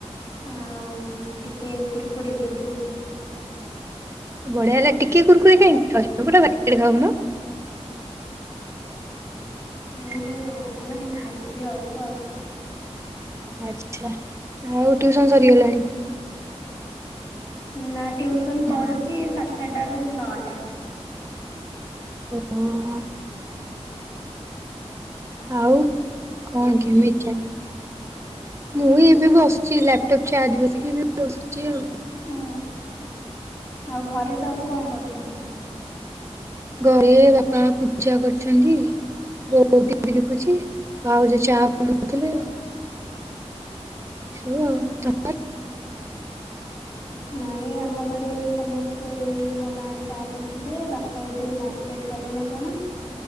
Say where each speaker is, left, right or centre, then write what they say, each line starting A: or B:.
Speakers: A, on the left (about 35°); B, on the right (about 25°).
A: ଆଉ ଟିକେ କୁରକୁରି ଖାଇଥିଲି।
B: ବଢିଆ ହେଲା। ଟିକେ କୁର କୁରେ କାଇଁ ଖାଉଚ ପୁରା ବାଗରେ ଖାଉନ।
A: ମୁଁ ମୁଁ ମାନେ ଖାଇଥିଲି ଅଳ୍ପ।
B: ଆଛା ଆଉ ଟିଉସନ ସରିଗଲାଣି?
A: ନା ଟିଉସନ
B: ନା।
A: କରୁଚି ସାତେଟାରୁ ନଅଟା।
B: ଓହୋ ଆଉ କଣ କେମିତି ମୁଁ ଏବେ ବସିଚି। ଲାପଟପ୍ ଚାର୍ଜ ବସିଇକି ଏବେ ବସିଚି ଆଉ।
A: <unintelligible> ଆଉ ଘରେ ସବୁ କଆଁ କରୁଚନ୍ତି?
B: ଘରେ ବାପା ପୂଜା କରୁଚ଼ନ୍ତି। ବୋଉ ଟିଭି ଦେଖୁଚି ଭାଉଜ ଚା ବନଉଥିଲେ ଆଉ। <unintelligible> ଆଉ
A: ଓହୋ।
B: ତ
A: ନାଇଁ ଆମ ଘରେ ସମସ୍ତେ ଏଇ ମୋ ମା ଚା କରୁଥିଲେ। ବାପା ବୋଧେ ମାର କେଟ କଲେ ନା କଣ